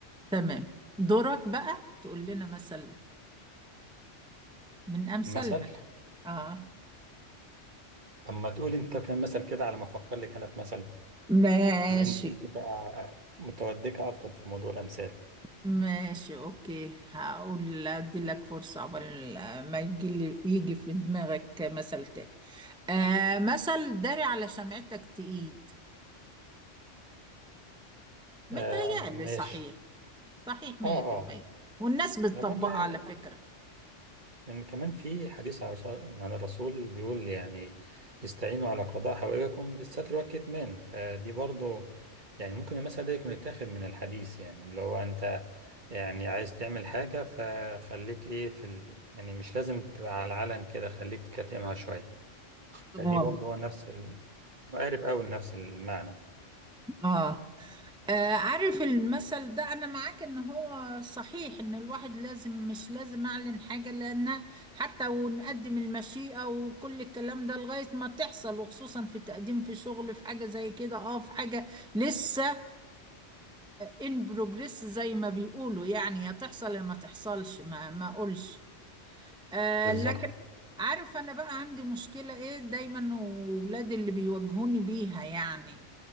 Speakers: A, in the centre; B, on the right.
A: تمام دورك بقى تقول لنا مثل من امثالنا
B: مثل
A: اه
B: طب ما تقول انت كان مثل كده على ما افكر لك انا في مثل
A: ماشي
B: بما انك انت بقى متودكه اكتر في موضوع الامثال
A: ماشي اوكي هقول ادي لك فرصة قبل ما يجي لي- يجي في دماغك مثل تاني آه مثل داري على شمعتك تقيد متهيألي
B: آم، ماشي
A: صحيح صحيح مية
B: اه
A: في
B: اه
A: المية والناس بتطبقها
B: ده برضو يعني
A: على فكرة
B: لأن كمان في حديث عن الرسول عن الرسول بيقول يعني استعينوا على قضاء حوائجكم بالستر والكتمان فدي برضو يعني ممكن المثل ده يكون اتاخد من الحديث يعني اللي هو أنت يعني عايز تعمل حاجة فخليك إيه في ال... يعني مش لازم تبقى على العلن كده خليك كاتمها شوية
A: اه
B: فدي برضو هو نفس ال... مقارب أوي لنفس المعنى
A: اه آه، عارف المثل ده انا معاك ان هو صحيح ان الواحد لازم مش لازم اعلن حاجة لان حتى ونقدم المشيئة وكل الكلام ده لغاية ما تحصل وخصوصا في تقديم في شغل في حاجة زي كده اه في حاجة لسه ان بروجريس زي ما بيقولوا يعني يا تحصل يا ما تحصلش ما ما اقولش آه
B: بالظبط
A: لكن عارف انا بقى عندي مشكلة ايه دايما وولادي اللي بيواجهوني بيها يعني